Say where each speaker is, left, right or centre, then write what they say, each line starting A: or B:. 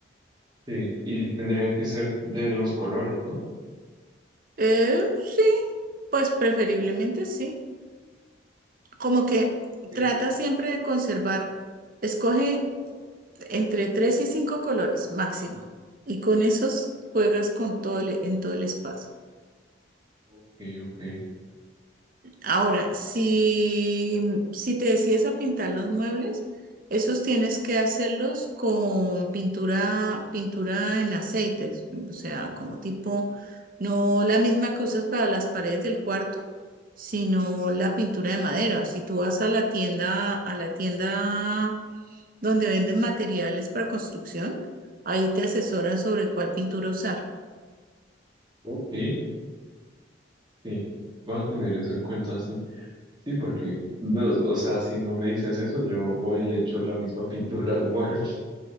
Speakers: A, on the right; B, on the right.
A: Sí, y tendría que ser de los colores, ¿no?
B: Eh, sí, pues preferiblemente sí. Como que
A: Ok,
B: trata siempre de conservar, escoge entre tres y cinco colores máximo. Y con esos juegas con todo el- en todo el espacio.
A: ok, ok.
B: Ahora, si, si te decides a pintar los muebles, esos tienes que hacerlos con pintura, pintura en aceites, o sea, como tipo, no la misma que usas para las paredes del cuarto, sino la pintura de madera. Si tú vas a la tienda, a la tienda donde venden materiales para construcción, ahí te asesoran sobre cuál pintura usar.
A: Ok. Sí, voy a tener eso en cuenta, sí. Sí, porque, no, o sea, si no me dices eso, yo voy y le echo la misma <laughs> pintura al mueble.